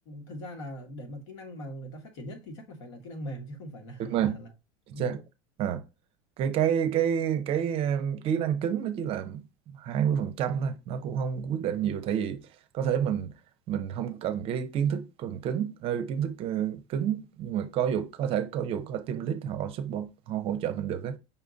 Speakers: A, on the left; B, on the right.
A: thực ra là để mà kỹ năng mà người ta phát triển nhất thì chắc là phải là kỹ năng mềm chứ không phải là
B: đúng rồi
A: <laughs> là là
B: chính
A: môn
B: xác à cái cái cái cái um, kỹ năng cứng nó chỉ là 20% thôi nó cũng không quyết định nhiều tại vì có thể mình mình không cần cái kiến thức cần cứng ờ, kiến thức ờ, cứng nhưng mà có dù có thể có dù có team lead họ support họ hỗ trợ mình được á